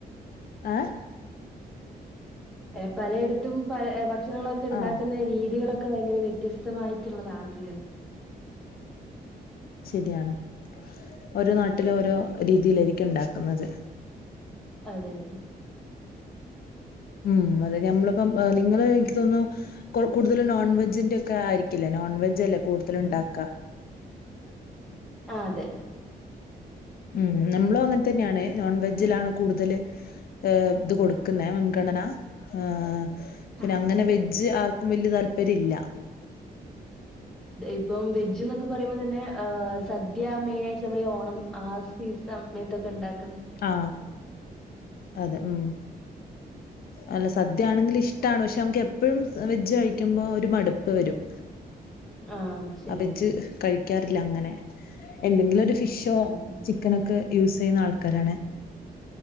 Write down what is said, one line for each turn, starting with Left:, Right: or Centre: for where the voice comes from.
Left: ഏഹ്
Centre: എ പലയിടത്തും പല എ ഭ ഷണങ്ങളൊക്കെണ്ടാക്ക്ന്ന
Left: ആഹ്
Centre: രീതികളൊക്കെ ഭയങ്കര വ്യത്യസ്തമായിട്ടുള്ളതാണല്ലോ.
Left: രിയാണ് ഓരോ നാട്ടിലും ഓരോ രീതിയിലായിരിക്കും ണ്ടാക്കുന്നത്.
Centre: അതെ അതെ
Left: ഉം അതെ ഞമ്മള് പ്പം നിങ്ങൾ എനിക്ക് തോന്ന്ന്നു കൂടുതലും നോൺ വെജിന്റെക്കെ ആയിരിക്കില്ലേ നോൺ വെജ് അല്ലേ കൂടുതൽ ഉണ്ടാക്കാ.
Centre: ആ അതെ
Left: ഉം നമ്മളും അങ്ങൻ തന്നെയാണ്. നോൺവെജ്ജിലാണ് കൂടുതൽ ഇത് കൊടുക്കുന്ന മുൻഗണന. ആ പിന്നെ
Centre: ആ
Left: അങ്ങനെ
Centre: ഉം
Left: വെജ് ആർക്കും വല്യ താല്പര്യല്ല.
Centre: ഇപ്പം വെജ് എന്നൊക്കെ പറയുമ്പോ തന്നെ ഹ് സദ്യ മെയിനായിട്ട് നമ്മളീ ഓണം ആ സീസ മയത്തൊക്കെ ഉണ്ടാക്
Left: ആ അതെ ഉം അല്ല സദ്യ ആണെങ്കിൽ ഇഷ്ടമാണ് പക്ഷെ നമുക്ക് എപ്പഴും വെജ് കഴിക്കുമ്പോ ഒരു മടുപ്പ് വരും.
Centre: ആഹ് ശരിയാണ്
Left: ആ വെജ് കഴിക് ക്കാറില്ല അങ്ങനെ എന്തെങ്കിലും ഒരു ഫിഷോ
Centre: ആഹ്
Left: ചിക്കനൊക്കെ യൂസ് ചെയ്യുന്ന ആൾക്കാരാണ്.